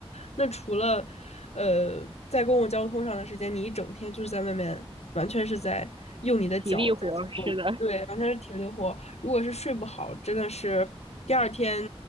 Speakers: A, on the left; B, on the right.
A: 那除了呃在公共交通上的时间，你一整天就是在外面，完全是在用你的脚。
B: 体力活儿，
A: 在。
B: 是的，
A: 对，完全是挺灵活。如果是睡不好，真的是第二天